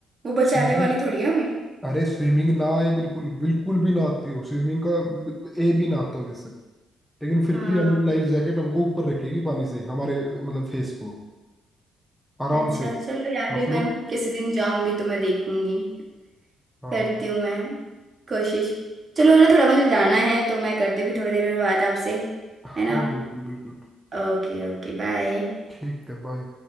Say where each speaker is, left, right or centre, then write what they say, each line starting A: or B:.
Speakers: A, on the right; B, in the centre.
A: वो बचाने
B: स्विमिंग
A: वाली थोड़ी है हमें
B: अरे स्विमिंग ना आए बिल्कुल बिल्कुल भी ना आती हो स्विमिंग का ए भी ना आता हो बेशक लेकिन फिर
A: हाँ
B: भी हम लाइफ जैकेट हमको ऊपर रखेगी पानी से हमारे मतलब फेस को आराम
A: अच्छा
B: से
A: चलो यार
B: हाँ
A: फिर
B: फ्लोट
A: मैं किसी दिन जाऊंगी तो मैं देखूंगी
B: हाँ
A: करती
B: हाँ
A: हूँ मैं कोशिश चलो ना थोड़ा मुझे जाना है तो मैं करती भी थोड़ी देर में बात आपसे
B: हाँ
A: है ना
B: हाँ, बिल्कुल बिल्कुल
A: Okay okay bye
B: ठीक है बाय